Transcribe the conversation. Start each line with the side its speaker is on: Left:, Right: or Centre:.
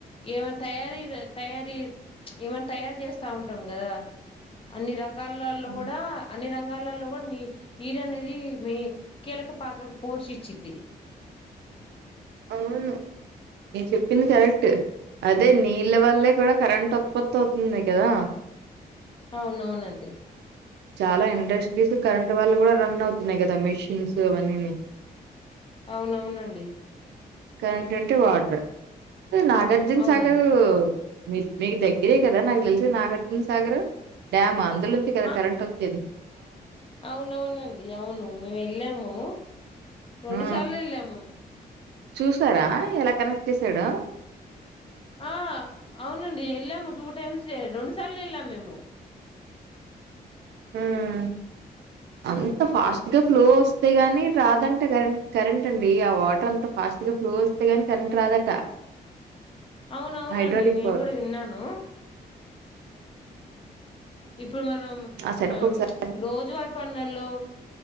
Left: ఏమైన్నా తయారీ తయారీ ఏమైనా తయారు చేస్తా ఉంటాం కదా అన్ని రకాలలో
Right: హ్మ్
Left: కూడా అన్ని రక లలో కూడా నీ నీరు అనేది మి కీలక పాత్ర పోషి చిది
Right: అవును మీరు చెప్పింది కరెక్ట్ అదే నీళ్ళ వల్లే కూడా కరెంట్ ఉత్పత్ అవుతునై గదా
Left: అవునవునండి
Right: చాలా ఇండస్ట్రీస్ కరెంట్ వాళ్ళ గూడా రన్ అవుతున్నాయి గాదా మీషిన్స్ అవన్నీ
Left: అవునవునండి
Right: కరెంట్ అంటే వాటర్ ఆ నాగార్జున
Left: అవునండి
Right: సాగరు మీర్ మీకు దగ్గరే కదా నాకు దెలిసి నాగార్జున్ సాగరు డ్యామ్ అందులోంచే కదా
Left: ఆ
Right: కరెంట్ ఓచ్చేది
Left: అవునవునండి అవును మేమ ఏళ్ళాము రెండు
Right: ఆ
Left: సార్లు ఏళ్ళాము
Right: చూసారా ఎలా కనెక్ట్ చేసాడొ
Left: ఆ అవునండి ఏళ్ళాము టూ టైమ్స్ ఎ రొండు సార్లు ఏళ్ళాము మేము
Right: ఉమ్మ్ అంత ఫాస్ట్ గా ఫ్లోఓస్తే గాని రాదంట కద్ కరెంటండి ఆ వాటర్ అంత ఫస్ ఫాస్టుగా ఫ్లోఓస్తై గాని కరెంట్ రాదట
Left: అవునవునండి
Right: హైడ్రాలిక్
Left: నేను
Right: పవర్
Left: గూడా విన్నాను ఇప్పుడు మనం
Right: సెటప్
Left: ఆ
Right: ఒకసారి
Left: రోజువార పన్నల్లో